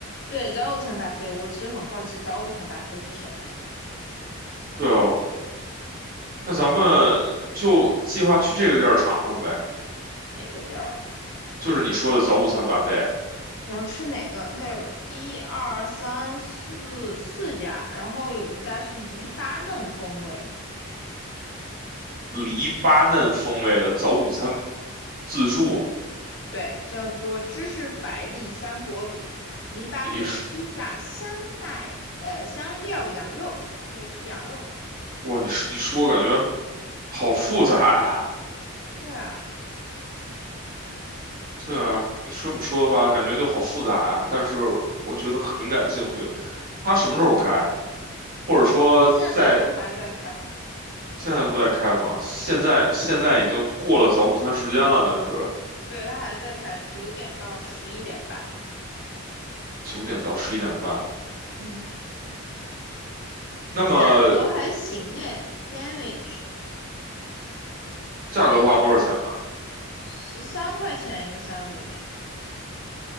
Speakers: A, on the left (about 50°); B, on the right (about 40°).
A: 对，早午餐 b u 我其实很好奇早午餐 b u 是什么呀？
B: 对啊，那咱们就计划去这个地儿尝尝呗，
A: 哪个地儿？
B: 就是你说的早午餐 buffet，
A: 你要吃哪个？它有一二三四四家，然后有一家是黎巴嫩风味，
B: 黎巴嫩风味的早午餐自助。
A: 对，叫做芝士百利香薄饼，黎巴嫩披萨香奈呃香料羊肉，
B: 你 <laughs>
A: 可以吃羊肉。
B: 哇，你说一说，感觉好复杂呀。
A: 对啊，
B: 对啊，你这么说的话，感觉就好复杂啊。但是我觉得很感兴趣。它什么时候开？或者说在
A: 其实现在都还在开，
B: 现在都在开吗？现在现在已经过了早午餐时间了，但是
A: 对，它还在开，九点到十一点半。
B: 九点到十一点半。
A: 嗯，
B: 那么
A: 价格还行诶 s a n d w i c h
B: 价格的话，多少钱吧？
A: 十三块钱一个三杯 n